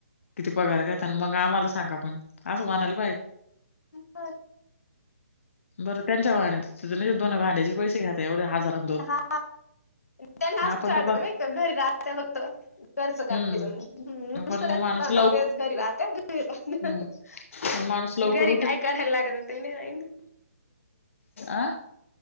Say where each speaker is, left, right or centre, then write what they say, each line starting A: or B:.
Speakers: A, on the left; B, on the left.
A: किती पगार घेता न मग आम्हाला सांगा पण असं म्हणाल पाई
B: पर
A: बरं त्यांच्या वागण्यात धुन, भांड्याचे पैसे घेतात एवढ्या हजारात?
B: हा त्यांना <unintelligible>
A: आपण
B: वाटत
A: तर बा
B: नाही का घरी राहत फक्त खर्च करायच
A: हम्म
B: नुसत
A: पण
B: त्याच्या
A: मग माणूस
B: तोंडात
A: लवकर
B: तेच.
A: हम्म पण माणूस
B: <unintelligible>
A: लवकर
B: घरी काय करायला लागत ते नाही <unintelligible>
A: आं?